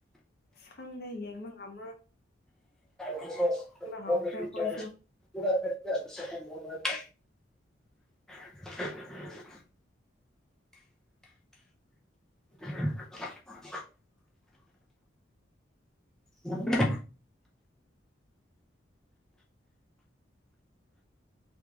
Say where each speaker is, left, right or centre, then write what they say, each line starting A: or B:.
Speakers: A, on the left; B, in the centre.
A: ꯈꯪꯗꯦ ꯌꯦꯡꯕ ꯉꯝꯔꯣꯏ
B: <inaudible>
A: ꯍꯧꯈ꯭ꯔꯦ ꯑꯩꯈꯣꯏꯁꯨ
B: <unintelligible> <unintelligible> <unintelligible>